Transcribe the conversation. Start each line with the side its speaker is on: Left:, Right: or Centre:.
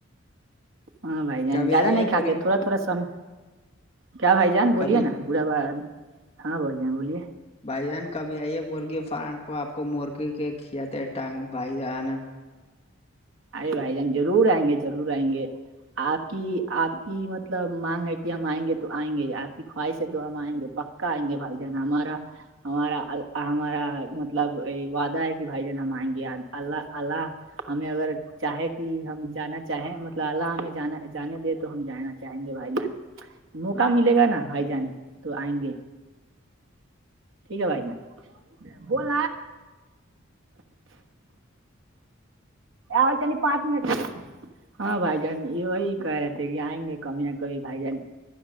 Right: ہاں بھائی جان
Left: کبھی
Right: زیادہ
Left: آئیے
Right: نہیں
Left: مرغی
Right: کھاتے تھوڑا تھوڑا سم کیا بھائی جان بولیے
Left: کبھی
Right: نا برا ب ہاں بہ جائیں بولیے
Left: بھائی جان کبھی آئی ہے مرغی فارم پ آپ کو مرغی کے کیاتے ٹانگ بھائی جان
Right: ارے بھائی جان ضرور آئیں گے ضرور آئیں گے آپ کی آپ کی مطلب مانگ ہے کہ ہم آئیں گے تو آئیں گے آپ کی خواہش ہے تو ہم آئیں گے پ ک نہیں بائی جانا ہمارا ہمارا ہمارا مطلب وعدہ ہے کہ بھائی جان ہم آئیں گے اللہ اللہ ہمیں اگر چاہے کہ ہم جانا چاہیں مطلب اللہ ہمیں جانا جانے دے تو ہم جانا چاہیں گے بھائی جان موقع ملے گا نا بھائی جان تو آئیں گے ٹھیک ہے بھائی ج بول آجتے نہیں پانچ منٹ ہاں بھائی جان یہ وہی کہہ رہے تھے کہ آئیں گے کبھی نہ کبھی بھائی جان